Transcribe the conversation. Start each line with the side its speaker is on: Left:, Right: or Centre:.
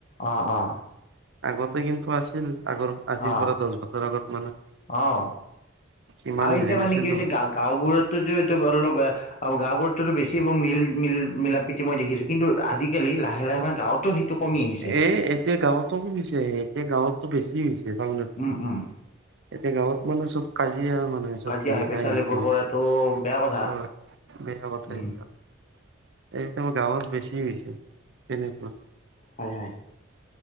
Left: আহ আহ
Right: আগতে কিন্তু আছিল আগৰ আজিৰ
Left: অঁ
Right: পৰা দহ বছৰ আগত মানে
Left: অঁ
Right: সিমান
Left: আৰু এতিয়া
Right: হেৰি
Left: মানে
Right: নাছিলতো
Left: কি হৈছে গা গাওবোৰতটো এইটো অলপ গাওবোৰতটো বেছিৰ মিল মিল মিলাপ্ৰীতি মই দেখিছোঁ কিন্তু আজিকালি লাহে লাহে মে গাঁৱতো- কমি আহিছে
Right: এ এতিয়া গাঁৱতো শুনিছে হে এতিয়া গাঁৱতো বেছি হৈছে টাউনতকে।
Left: উম উম
Right: এতিয়া গাঁৱত মানে চব কাজিয়া আৰু মানে চব
Left: কাজিয়া
Right: হিংসা
Left: হাই পেচাল
Right: হিংসি
Left: এইবোৰ
Right: মানে।
Left: কৰাটো বেয়া কথা
Right: হয় বেয়া কথা
Left: উম
Right: সেইবিলাক এতিয়া আমাৰ গাঁৱত বেছ- কি হৈছে তেনেকুৱা।
Left: হয় হয়